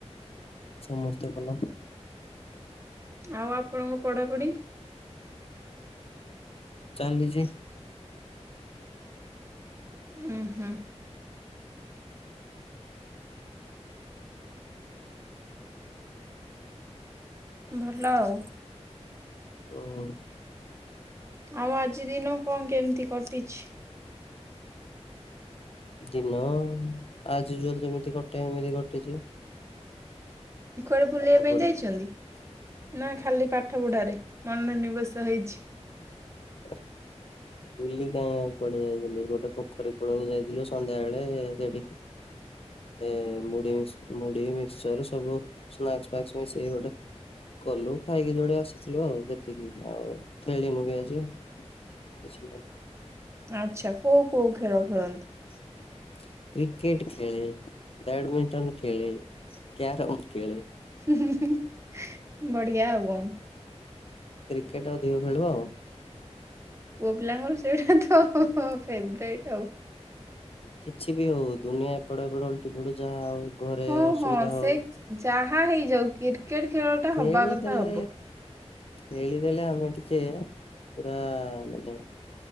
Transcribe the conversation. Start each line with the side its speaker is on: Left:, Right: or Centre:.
Left: ସମସ୍ତେ ଭଲ।
Right: ଆଉ ଆପଣଙ୍କ ପଢାପଢ଼ି?
Left: ଚାଲିଛି।
Right: ହୁଁ ହୁଁ। ଭଲ ଆଉ।
Left: ଓହୋ
Right: ଆଉ ଆଜି ଦିନକ କଣ କେମିତି କଟିଛି?
Left: ଦିନ ଆଜି ଯୋଉ ଯେମିତି କଟେ ଏମିତି କଟିଛି।
Right: କୁଆଡେ ବୁଲିବା
Left: ପାଠ
Right: ପାଇଁ
Left: ପଢା
Right: ଯାଇଛନ୍ତି? ନା ଖାଲି ପାଠ ପଢାରେ ମନୋ ନିବେଶ ହେଇଛି।
Left: <inaudible> ବୁଲି କାଇଁ ଆଉ କୁଆଡେ ଯାଇଥିଲି ଗୋଟେ ପୋଖରୀ କୂଳକୁ ଯାଇଥିଲୁ ସନ୍ଧ୍ୟା ବେଳେ ସେଠି ଏଁ ମୁଢି ମିସ ମୁଢି ମିଶ୍ଚର ସବୁ ସ୍ନାକ୍ସ ଫ୍ନାକ୍ସ ମିଶେଇକି ଗୋଟେ କଲୁ ଖାଇକି ଯୋଡେ ଆସିଥିଲୁ ଆଉ ସେତିକି ଆଉ ଖେଳିନୁ ବି ଆଜି। କିଛି ନା।
Right: ଆଚ୍ଛା କୋଉ କୋଉ ଖେଳ ଖେଳନ୍ତି?
Left: <inaudible> କ୍ରିକେଟ ଖେଳେ ବ୍ୟାଡମିଣ୍ଟନ ଖେଳେ କ୍ୟାରମ ଖେଳେ।
Right: ହୁଁ ହୁଁ ବଢିଆ ଆଉ କଣ?
Left: କ୍ରିକେଟ ଅଧିକ ଖେଳୁ ଆଉ।
Right: ପୁଅ ପିଲାଙ୍କର ସେଇଟା ତ ଫେବ୍ରାଇଟ୍ ଆଉ।
Left: କିଛି ବି ହଉ ଦୁନିଆ ଏପଟ ହେପଟ ଓଲ୍ଟି ପଡୁ ଯାହା ହଉ ଘରେ
Right: ହଁ
Left: ଅସୁବିଧା
Right: ହଁ ସେ
Left: ହଉ
Right: ଯାହା ହେଇଯାଉ କ୍ରିକେଟ୍ ଖେଳ ଟା
Left: ଖେଳିଦେଲେ
Right: ହବା କଥା ହବ।
Left: ଖେଳିଦେଲେ ଆମେ ଟିକେ ପୁରା ମାନେ